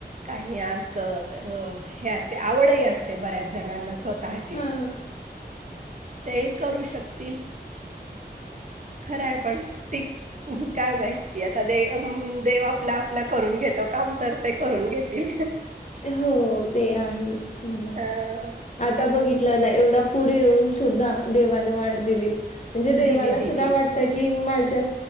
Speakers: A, on the right (about 45°); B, on the left (about 40°).
A: काही अस हे असते आवडही असते बऱ्याच जणांना स्वतः
B: हा
A: ते करू शकतील खरं आहे पण ते काय माहिती आता दे देव आपला आपला करून घेतो काम तर ते करून घेत ते
B: हो ते आहेच म्हणा
A: अं,
B: आता बघितलं ना एवढा पूरी येऊन सुद्धा देवाने वाट दिलीच म्हणजे देवाला
A: दिली दिली
B: सुद्धा वाटतं की माझ्या